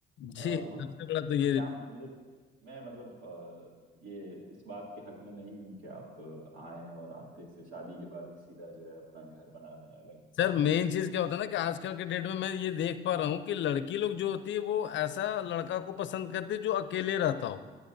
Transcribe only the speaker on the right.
अ,
बहुत
क्या मेरे मैं मतलब अ, ये इस बात के हक में नहीं हूँ कि आप आए और आते से शादी के बाद ही सीधा जो है अपना घर बना लें अलग